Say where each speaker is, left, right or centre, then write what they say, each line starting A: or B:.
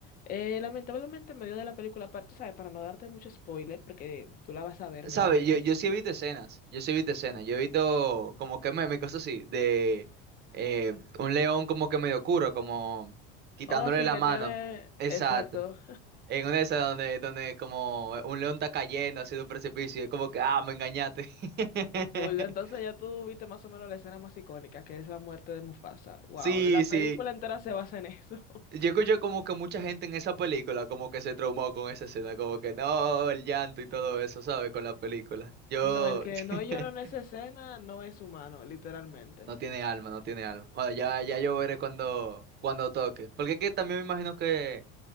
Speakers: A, on the left (about 30°); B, on the right (about 35°).
A: Eh, lamentablemente, en medio de la película, para, tú sabes, para no darte mucho spoiler, porque tú la vas a ver,
B: ¿Sabes?
A: me imagino.
B: Yo, yo sí he visto escenas, yo sí he visto escenas, yo he visto como que me cosas así, de eh, un león como que medio oscuro, como quitándole
A: Oh, sí,
B: la
A: que
B: mano.
A: tiene.
B: Exacto.
A: Exacto.
B: En una de esas donde, donde como un león está cayendo hacia un precipicio, y es como que, ah, me engañaste. <laughs>
A: Full. Entonces ya tú viste más o menos la escena más icónica, que es la muerte de Mufasa. Wow,
B: Sí,
A: la
B: sí.
A: película entera se basa en eso. <laughs>
B: Yo escucho como que mucha gente en esa película como que se traumó con esa escena, como que no, el llanto y todo eso, ¿sabes? Con la película. Yo...
A: No, el que
B: <laughs>
A: no llora en esa escena no es humano, literalmente.
B: No tiene alma, no tiene alma. Bueno, ya, ya yo veré cuando, cuando toque. Porque es que también me imagino que